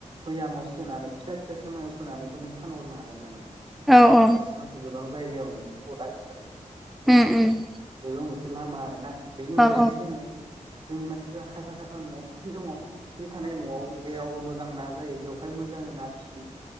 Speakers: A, on the right (about 40°); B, in the centre.
A: फैयामाव सोनानै फिसा फिसा थेमायाव सोनानैबो नों फानहर हरनो हागोन माने
B: औ
A: गोबां मानसि गोबां जायगायावनो मोनसे प्रडाक हिसाबै
B: उम उम।
A: बे मोनसे लामा आरो ना बेनि अनगायैबो
B: औ उम औ
A: जोङो जोंनि मानसिफ्रा खायफा खायफा न'आव फुख्रि दङ फुख्रि थानाय न'आव जेराव मोजां ना। जायो बेवहाय मोजाङै ना फिसियो